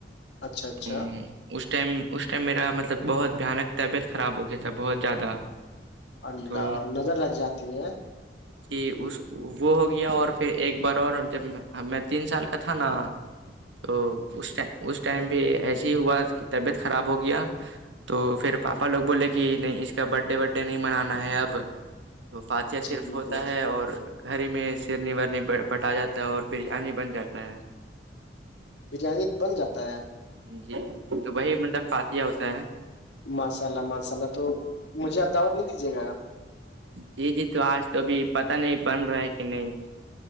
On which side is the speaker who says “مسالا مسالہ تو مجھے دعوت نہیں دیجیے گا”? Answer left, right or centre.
Left